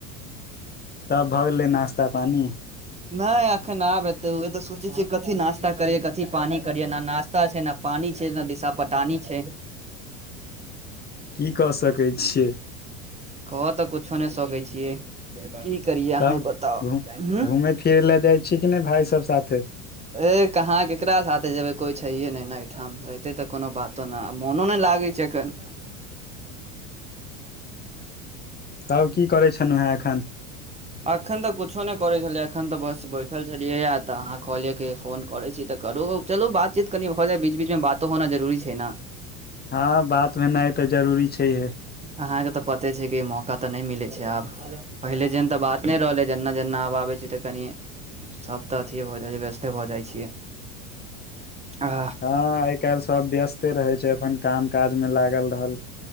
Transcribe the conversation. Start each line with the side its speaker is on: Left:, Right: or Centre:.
Left: तब भऽ गेलै नाश्ता पानि।
Right: नहि एखन आब हेतै उहें तऽ सोचै छियै, कथी नाश्ता करिय कथी पानी करिय ना नाश त छै ने, पानी छै, न दिशा पटानी छै।
Left: की कऽ सकै छियै?
Right: कह तऽ कुछो नहि सकैत छियै। की करियए अहय
Left: तब
Right: बताउ,
Left: घूम
Right: हूं।
Left: घूमय फिरै लए जाइ छी कि नहि भाय सब साथे
Right: ए कहाँ, केकरा साथे जेबे, कोई छैये नहि ने ठाम। रहितै तऽ कोनो बातो नहि, मोनो नहि लागै छै एखन।
Left: तब की करै छलहु हेँ एखन।
Right: एखन तऽ किछो नहि करैत छलै, एखन तऽ बस बैठल छलियैए, तऽ अहाँ कहलियै कि फोन करैत छी, तऽ करू। चलू बातचीत कनि भऽ जाइ, बीच -बीच मे बातो होना जरूरी छै ने।
Left: हॉं बात भेनाइ तऽ जरूरी छैहे।
Right: अहाँके तऽ पते छै कि मौका तऽ नहि मिलै छै आब। पहिले जेन तऽ बात नहि रहलै, ह जेन्ना- जेन्ना हबा आबै छै तऽ कनि सब तऽ अथिे भऽ जाइ छै, व्यस्ते भऽ जाइ छियै, आ
Left: हॉं, आइ काल्हि सभ व्यस्ते रहै छै, अपन काम काजमे लागल रहल।